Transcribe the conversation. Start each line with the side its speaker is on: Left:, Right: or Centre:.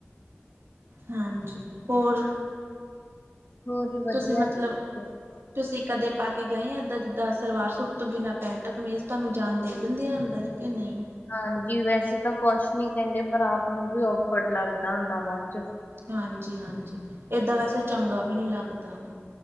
Right: ਹਾਂਜੀ ਹੋਰ
Left: ਹੋਰ ਵਧੀਆ
Right: ਤੁਸੀਂ ਮਤਲਬ
Left: ਤੁਸੀਂ
Right: ਤੁਸੀਂ ਕਦੇ ਪਾ ਕੇ ਗਏ ਆ ਏਦਾਂ ਜਿੱਦਾਂ ਸਲਵਾਰ ਸੂਟ ਤੋਂ ਬਿਨਾਂ ਪੈਂਟ ਕਮੀਜ਼ ਤੁਹਾਨੂੰ ਜਾਣ ਦੇ ਦਿੰਦੇ ਆ ਅੰਦਰ ਕਿ ਨਹੀਂ,
Left: ਹਾਂਜੀ ਵੈਸੇ ਤਾਂ ਕੁਸ਼ ਨੀ ਕਹਿੰਦੇ ਪਰ ਆਪ ਨੂੰ ਵੀ ਔਫਰਡ ਲੱਗਦਾ ਹੁੰਦਾ ਬਾਅਦ ਚ
Right: ਹਾਂਜੀ, ਹਾਂਜੀ ਏਦਾਂ ਵੈਸੇ ਚੰਗਾ ਵੀ ਨਹੀ ਲੱਗਦਾ।